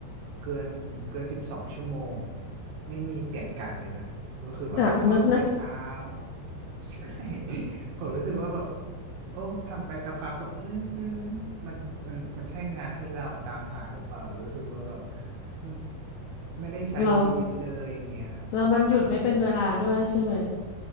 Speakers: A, on the right (about 70°); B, on the left (about 75°).
A: เกินเกินสิบสองชั่วโมงไม่มีเปลี่ยนกะเลยนะก็คือแบบเข้าตั้งแต่เช้า
B: หนักนักนะ
A: <laughs> ใช่ <laughs> ผมรู้สึกว่าแบบโอ้ทำไปสักพักก็อืมอืมมันมันมันใช่งานที่เราตามหาหรือเปล่ารู้สึกว่าแบบ อืมไม่ได้ใช้ชีวิตเลยอย่างเงี้ย
B: เราเรามันหยุดไม่เป็นเวลาด้วยใช่ไหม
A: ครับผม